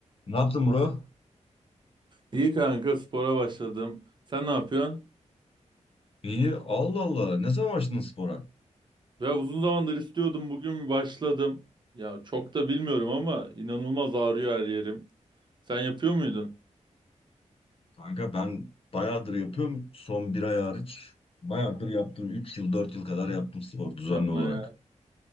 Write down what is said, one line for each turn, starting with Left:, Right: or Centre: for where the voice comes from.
Left: Ne yaptın bro?
Right: İyi kanka spora başladım. Sen ne yapıyorsun?
Left: İyi. Allah Allah. Ne zaman başladın spora?
Right: Ya uzun zamandır istiyordum bugün başladım. Ya çok da bilmiyorum ama inanılmaz ağrıyor her yerim. Sen yapıyor muydun?
Left: Kanka ben bayağıdır yapıyorum. Son bir ay hariç. Bayağıdır yaptım. 3 yıl 4 yıl kadar yaptım spor düzenli
Right: Yapma
Left: olarak.
Right: ya.